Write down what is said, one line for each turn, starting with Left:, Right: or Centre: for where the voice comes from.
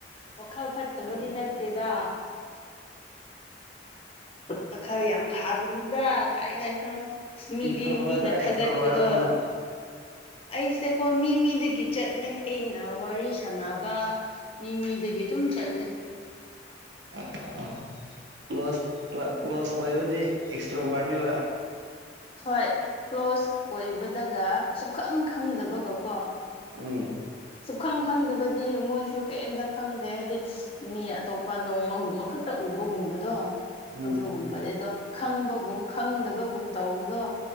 Left: ꯋꯥꯈꯜ ꯐꯠꯇꯕꯗꯤ ꯅꯠꯇꯦꯗꯥ ꯃꯈꯜ ꯌꯥꯝ ꯐꯥꯕꯅꯤꯕꯥ ꯀꯥꯏꯅ ꯀꯣ ꯑꯁ ꯃꯤꯗꯤ
Right: ꯏꯟꯇ꯭ꯔꯣꯚꯔꯔꯣ
Left: ꯃꯤꯅ ꯊꯥꯒꯠꯄꯗꯣ
Right: ꯑꯦꯛꯁꯇ꯭ꯔꯣꯚꯔꯔꯣ ꯅꯪ
Left: ꯑꯩꯁꯦꯀꯣ ꯃꯤ ꯃꯤꯗꯒꯤ ꯆꯠꯂꯦ ꯑꯩꯅ ꯋꯥꯔꯤ ꯁꯥꯟꯅꯕ ꯃꯤ ꯃꯤ ꯗꯒꯤ ꯑꯗꯨꯝ ꯆꯠꯂꯦ
Right: ꯑ ꯑ ꯀ꯭ꯂꯣꯁ ꯀ꯭ꯂ ꯀ꯭ꯂꯣꯁ ꯑꯣꯏꯕꯗꯤ ꯑꯦꯛꯁꯇ꯭ꯔꯥ ꯚꯥꯢꯕꯅꯦꯕ
Left: ꯍꯣꯏ ꯀ꯭ꯂꯣꯁ ꯑꯣꯏꯕꯗꯒ ꯁꯨꯛꯈꯪ ꯈꯪꯗꯕꯒꯣ ꯀꯣ
Right: ꯎꯝ
Left: ꯁꯨꯛꯈꯪ ꯈꯪꯗꯕꯗꯤ ꯃꯣꯏꯁꯨ ꯀ꯭ꯌꯝꯇ ꯈꯪꯗꯦ ꯍꯥꯏꯗꯤ ꯃꯤ ꯑꯇꯣꯞꯄ ꯅꯣꯡꯃꯒꯨꯝꯕ ꯈꯛꯇ ꯎꯕꯒꯨꯝꯕꯗꯣ
Right: ꯎꯝ
Left: ꯑꯗꯨꯒꯨꯝꯕꯗꯤ ꯑꯗꯣ ꯈꯪꯕꯒꯨꯝ ꯈꯪꯗꯕꯒꯨꯝ ꯇꯧꯕꯗꯣ